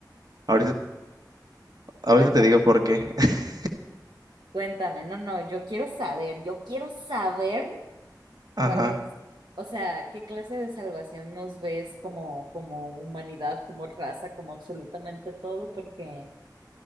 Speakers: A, on the right; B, on the right.
A: Ahorita,
B: <laughs>
A: ahorita
B: Cuéntame,
A: te digo por qué. <laughs>
B: cuéntame, no, no, yo quiero saber, yo quiero saber
A: Ajá.
B: cuál es, o sea, qué clase de salvación nos ves como, como humanidad, como raza, como absolutamente todo, porque